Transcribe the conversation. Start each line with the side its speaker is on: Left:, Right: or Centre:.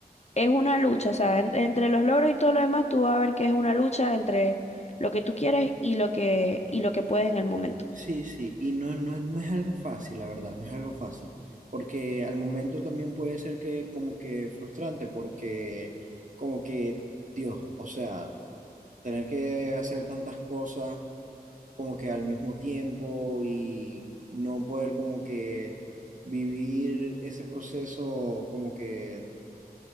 Left: es una lucha, o sea, en- entre los logros y todo lo demás, tú vas a ver que es una lucha entre lo que tú quieres y lo que, y lo que puedes en el momento.
Right: Sí, sí, y no, no, es- no es algo fácil, la verdad, no es algo fácil, porque al momento también puede ser que como que frustrante, porque como que, Dios, o sea, tener que hacer tantas cosas como que al mismo tiempo y no poder como que vivir ese proceso como que